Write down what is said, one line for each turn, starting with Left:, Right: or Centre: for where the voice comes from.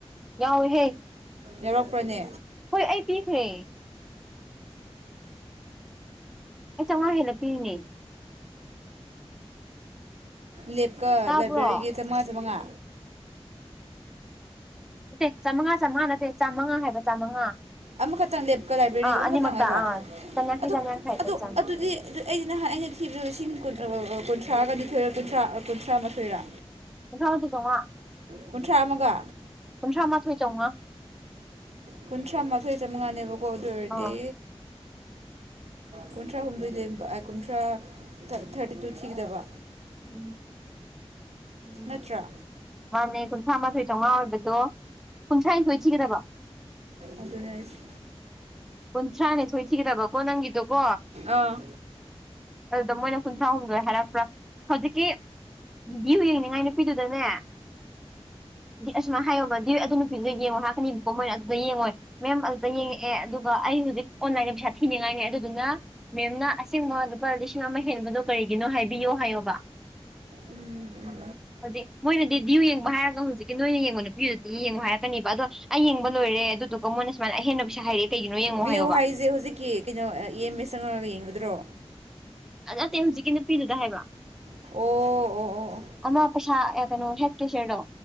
Centre: ꯌꯥꯎꯋꯦꯍꯦ
Right: ꯌꯥꯎꯔꯛꯄ꯭ꯔꯅꯦ
Centre: ꯍꯣꯏ ꯑꯩ ꯄꯤꯈ꯭ꯔꯦ ꯑꯩ ꯆꯥꯝꯉꯥ ꯍꯦꯟꯅ ꯄꯤꯔꯤꯅꯦ
Right: ꯂꯦꯞꯀ
Centre: ꯇꯥꯕ꯭ꯔꯣ
Right: ꯂꯥꯏꯕ꯭ꯔꯦꯔꯤꯒꯤ ꯆꯥꯝꯉꯥ ꯆꯥꯝꯉꯥ
Centre: ꯅꯦ ꯆꯥꯝꯃꯉꯥ ꯆꯥꯝꯃꯉꯥ ꯅꯠꯇꯦ ꯆꯥꯝꯃꯉꯥ ꯍꯥꯏꯕ ꯆꯥꯝꯃꯉꯥ
Right: ꯑꯃꯈꯛꯇꯪ ꯂꯦꯞꯀ ꯂꯥꯏꯕ꯭ꯔꯦꯔꯤ
Centre: ꯑꯥ
Right: ꯑꯃꯈꯛꯇꯪ
Centre: ꯑꯅꯤꯃꯛꯇ
Right: ꯑꯣꯏꯕ
Centre: ꯑꯥ ꯆꯥꯝꯌꯥꯡꯈꯩ
Right: ꯑꯗꯨ
Centre: ꯆꯥꯝꯌꯥꯡꯈꯩ
Right: ꯑꯗꯨ
Centre: ꯑꯗꯨꯝ ꯆꯪꯉꯦ
Right: ꯑꯗꯨꯗꯤ ꯑꯗꯨ ꯑꯩꯗꯤ ꯅꯍꯥꯟ ꯑꯩꯅ ꯊꯤꯕꯗ ꯂꯤꯁꯤꯡ ꯀꯨꯟꯊ꯭ꯔꯥꯒ ꯅꯤꯊꯣꯏꯔ ꯀꯨꯟꯊ꯭ꯔꯥ ꯀꯨꯟꯊ꯭ꯔꯥ ꯃꯥꯊꯣꯏꯔꯥ
Centre: ꯀꯨꯟꯊꯔꯥ ꯃꯊꯣꯏ ꯆꯥꯎꯉꯥ
Right: ꯀꯨꯟꯊ꯭ꯔꯥ ꯑꯃꯒ
Centre: ꯀꯨꯟꯊ꯭ꯔꯥꯃꯥꯊꯣꯏ ꯆꯥꯝꯃꯉꯥ
Right: ꯀꯨꯟꯊ꯭ꯔꯥ ꯃꯥꯊꯣꯏ ꯆꯥꯝꯃꯉꯥꯅꯦꯕꯀꯣ ꯑꯗꯨ ꯑꯣꯏꯔꯗꯤ
Centre: ꯑꯥ
Right: ꯀꯨꯟꯊ꯭ꯔꯥ ꯍꯨꯝꯗꯣꯏ ꯂꯦꯝꯕ ꯑꯥꯏ ꯀꯨꯟꯊ꯭ꯔꯥ ꯊꯥꯔꯇꯤ ꯇꯨ ꯊꯤꯒꯗꯕ
Centre: ꯎꯝ ꯎꯝ
Right: ꯅꯠꯇ꯭ꯔꯥ
Centre: ꯍꯥꯟꯅꯩ ꯀꯨꯟꯊ꯭ꯔꯥ ꯃꯥꯊꯣꯏ ꯆꯥꯝꯉꯥ ꯑꯣꯏꯕꯗꯣ ꯀꯨꯟꯊ꯭ꯔꯥꯅꯤꯊꯣꯏ ꯊꯤꯒꯗꯕ
Right: ꯑꯗꯨꯅꯦ ꯍꯥꯏꯁꯦ
Centre: ꯀꯨꯟꯊ꯭ꯔꯥꯅꯤꯊꯣꯏ ꯊꯤꯒꯗꯕꯀꯣ ꯅꯪꯒꯤꯗꯨꯀꯣ
Right: ꯑꯥ
Centre: ꯑꯗꯨꯗ ꯃꯣꯏꯅ ꯀꯨꯟꯊ꯭ꯔꯥꯍꯨꯝꯗꯣꯏ ꯍꯥꯏꯔꯛꯄ꯭ꯔꯥ ꯍꯧꯖꯤꯛꯀꯤ ꯗ꯭ꯌꯨ ꯌꯦꯡꯅꯤꯡꯉꯥꯏꯅꯦ ꯅꯨꯄꯤꯗꯨꯗꯅꯦ ꯗꯤ ꯑꯁꯨꯃꯥꯏꯅ ꯍꯥꯏꯌꯣꯕ ꯗꯤꯜ ꯑꯗꯨ ꯅꯨꯄꯤꯗꯨꯅꯣ ꯌꯦꯡꯉꯣ ꯍꯥꯔꯛꯀꯅꯤꯕꯀꯣ ꯃꯣꯏꯅ ꯑꯗ ꯑꯗꯨ ꯌꯦꯡꯉꯣꯏ ꯃꯦꯝ ꯑꯗꯨꯗ ꯌꯦꯡꯉꯛꯑꯦ ꯑꯗꯨꯒ ꯑꯩ ꯍꯨꯖꯤꯛ ꯑꯣꯟꯂꯥꯏꯟꯗ ꯄꯩꯁꯥ ꯊꯤꯅꯤꯡꯉꯥꯏꯅꯦ ꯑꯗꯨꯗꯨꯅ ꯃꯦꯝꯅ ꯑꯁꯦꯡꯕ ꯂꯨꯄꯥ ꯂꯤꯁꯤꯡ ꯑꯃ ꯍꯦꯟꯕꯗꯣ ꯀꯔꯤꯒꯤꯅꯣ ꯍꯥꯏꯕꯤꯌꯣ ꯍꯥꯏꯌꯣꯕ
Right: ꯎꯝ ꯎꯝꯎꯝ
Centre: ꯍꯧꯖꯤꯛ ꯃꯣꯏꯅꯗꯤ ꯗ꯭ꯌꯨ ꯌꯦꯡꯕ ꯍꯥꯏꯔꯒ ꯍꯧꯖꯤꯛꯀꯤ ꯅꯣꯏꯅ ꯌꯦꯡꯕ ꯅꯨꯄꯤꯗꯨꯗꯒꯤ ꯌꯦꯡꯉꯣ ꯍꯥꯏꯔꯛꯀꯅꯤꯕ ꯑꯗꯣ ꯑꯩ ꯌꯦꯡꯕ ꯂꯣꯏꯔꯦ ꯑꯗꯨꯗꯨꯒ ꯃꯣꯏꯅ ꯁꯨꯃꯥꯏꯅ ꯑꯍꯦꯟꯕ ꯄꯩꯁꯥ ꯍꯥꯏꯔꯛꯑꯦ ꯀꯩꯒꯤꯅꯣ ꯌꯦꯡꯉꯣ
Right: ꯚ꯭ꯌꯨ
Centre: ꯍꯥꯏꯌꯣꯕ
Right: ꯍꯥꯏꯁꯦ ꯍꯨꯖꯤꯛꯀꯤ ꯀꯩꯅꯣ ꯑ ꯏ ꯑꯦꯝ ꯑꯦꯁ ꯆꯪꯉꯒ ꯌꯦꯡꯕꯗꯨꯔꯣ
Centre: ꯑ ꯅꯠꯇꯦ ꯍꯨꯖꯤꯛꯀꯤ ꯅꯨꯄꯤꯗꯨꯗ ꯍꯥꯏꯕ
Right: ꯑꯣ ꯑꯣ ꯑꯣ ꯑꯣ
Centre: ꯑꯃ ꯄꯩꯁꯥ ꯑꯦ ꯀꯩꯅꯣ ꯍꯦꯛ ꯇꯤꯆꯔꯗꯣ